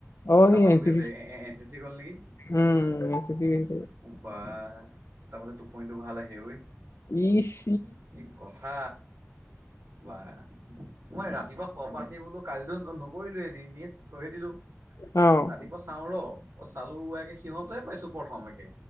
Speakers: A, on the left; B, on the right.
A: অ',
B: দাটা
A: এই এন
B: উৰি
A: চি
B: আছে এ-এ-এন চি চি গল নেকি
A: উম, এন চি চি গৈছে।
B: বা তাৰ বোলে টোপনিটো ভাল আহে ঐ।
A: ইছ
B: কি কথা বা মই ৰাতিপুৱা শুৱা পা উঠি বোলো কালিতো নকৰিলো এ নিজ থৈয়ে দিলো। তাৰপিছত
A: অ',
B: ৰাতিপুৱা চাওঁ ৰ। চালো একে সিহঁতে পাইছো প্ৰথম একে